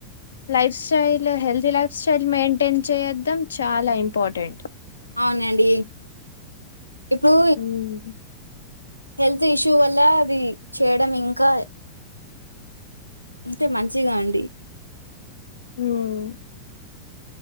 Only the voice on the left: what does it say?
life style healthy life style maintain చేయద్దడం చాలా ఇంపార్టెంట్
మ్మ్
ఉమ్.